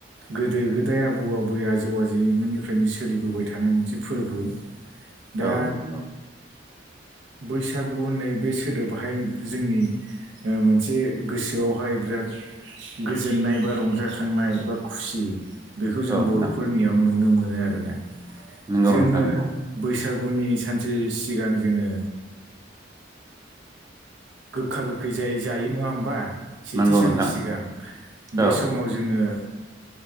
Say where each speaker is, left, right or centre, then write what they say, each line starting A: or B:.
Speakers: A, on the right; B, on the right.
A: गोदो गोदाय आबौ आबै आजौ आजौमोननिफ्रायनो सोलिबोबाय थानाय मोनसे फोरबो दा
B: औ नंगौ
A: बैसागु होननाय बे सोदोबाहाय जोंनि मोनसे गोसोआवहाय बिराद गोजोननाय बा रंजाखांनाय बा खुसि बेखौ जों
B: औ नोंथां
A: बर'फोरनियाव नुनो मोनो आरोना
B: नंगौ
A: जोङो
B: नोंथां नंगौ
A: बैसागुनि सानसे सिगां जोङो गोखा गोखै जाय जायो नंङा हबा सेथि
B: नंगौ
A: साननि
B: नोंथां
A: सिगां बे
B: औ
A: समाव जों जोङो ओ